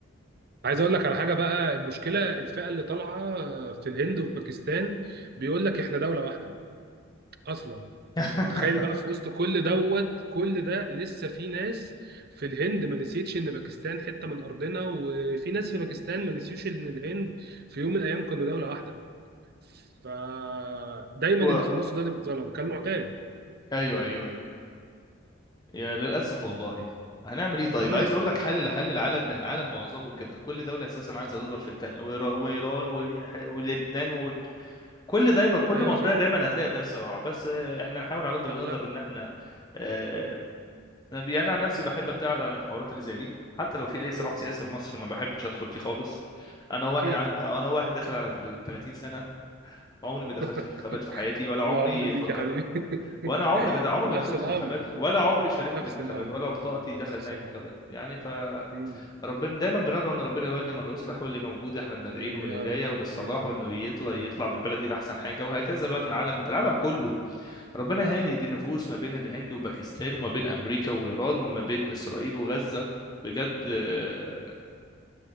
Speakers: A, on the right; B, on the left.
A: عايز اقول لك على حاجه بقى المشكله الفئه اللي طالعه في الهند وفي باكستان بيقول لك احنا دوله واحده اصلا
B: <laughs>
A: تخيل بقى في وسط كل دوت كل ده لسه في ناس في الهند ما نسيتش ان باكستان حته من ارضنا وفي ناس في باكستان ما نسيوش ان الهند في يوم من الايام كانوا دوله واحده فدايما
B: و...
A: اللي في النص ده اللي بيتظلم كالمعتاد
B: ايوه ايوه ايوه يا للاسف والله هنعمل ايه طيب
A: امم
B: عايز اقول لك حال لحال العالم من العالم معظمه كده كل دوله اساسا عايزه تضرب في التانيه وإيرا- وايران و- ولبنان وكل دايما كل
A: ايوه
B: منطقه
A: فعلا
B: دايما هتلاقي فيها صراع بس آه، احنا نحاول على قد ما
A: مقلبه
B: نقدر ان احنا آه، يعني انا عن نفسي بحب ابتعد عن الحوارات اللي زي دي حتى لو في اي صراع
A: امم
B: سياسي في مصر ما بحبش ادخل فيه خالص انا واحد
A: اكيد
B: عند
A: اكيد
B: انا واحد داخل على ال 30 سنه عمري ما دخلت
A: <laughs>
B: انتخابات في حياتي ولا عمري
A: العمر ليك
B: فكر
A: يا حبيبي <laughs>
B: وانا عمري ما د... عمري
A: نفس
B: ما دخلت
A: الامر
B: انتخابات ولا عمري شاركت
A: نفس
B: في انتخابات
A: الامر
B: ولا بطاقتي دخلت
A: نفس
B: اي
A: الامر
B: انتخابات يعني ف
A: مم.
B: ربنا دايما بندعو ان ربنا يولي من يصلح واللي موجود احنا بندعي له
A: يا
B: بالهدايه
A: رب
B: وبالصلاح
A: يا رب
B: وانه يطلع يطلع بالبلد دي لاحسن حاجه وهكذا بقى في العالم في العالم كله ربنا هيهدي النفوس ما بين الهند وباكستان وما بين امريكا وايران وما بين اسرائيل وغزه بجد آه،